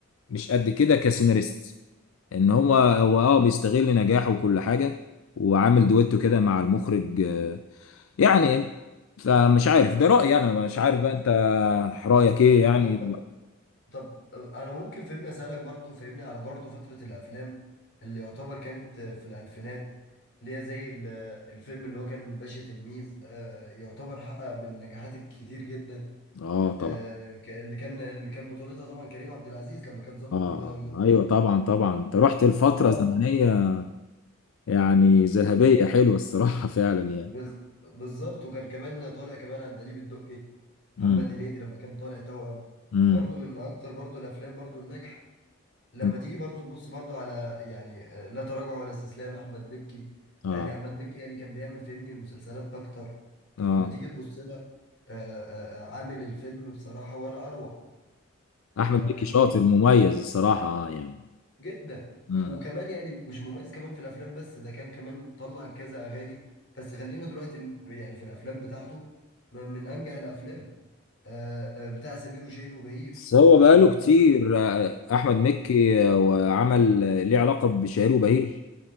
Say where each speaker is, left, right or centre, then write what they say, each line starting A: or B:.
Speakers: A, on the left; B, on the left.
A: مش قد كده كسيناريست إن هو هو أه بيستغل نجاحه وكل حاجة وعامل دويتو كده مع المخرج آه، يعني فمش عارف ده رأيي أنا مش عارف بقى أنت رأيك إيه يعني
B: طب طب انا ممكن فهمني اسالك برضو فهمني على برضو فتره الافلام اللي يعتبر كانت في الالفينات اللي هي زي ال- الفيلم اللي هو كان الباشا تلميذ آه، يعتبر حقق من نجاحات كتير جدا
A: أه طبعا
B: آه، ك- اللي كان اللي كان بطولتها طبعا كريم عبد العزيز لما كان ضابط
A: أه
B: م- متنكر
A: آه، أيوه طبعا طبعا أنت رحت لفترة
B: اه
A: زمنية يعني ذهبية حلوة الصراحة <laughs> فعلا يعني
B: بز- بالظبط وكان كمان طالع كمان عندليب الدقي محمد
A: امم
B: هنيدي لما كان طالع توأم
A: امم
B: برضو من اكتر برضو الافلام برضو الناجحه لما
A: أنت-
B: تيجي برضو تبص برضو على يعني آه، لا تراجع ولا استسلام احمد مكي
A: أه
B: لان احمد مكي يعني كان بيعمل فهمني المسلسلات اكتر
A: أه
B: لما تيجي تبص لها آه، آه، آه، عامل الفيلم بصراحة ولا اروع لما
A: احمد مكي
B: تيجي
A: شاطر
B: مثلا
A: مميز الصراحه آه، يعني
B: جدا
A: مم.
B: وكمان يعني مش مميز كمان في الافلام بس ده كان كمان طلع كذا اغاني بس خلينا دلوقتي ن- يعني في الافلام بتاعته من من انجح الافلام آه، آه، بتاع سمير وشهير وبهير
A: بس هو بقاله
B: لو انت
A: كتير
B: تفتكر
A: آه، احمد مكي آه، وعمل آه، ليه علاقه بشهير وبهير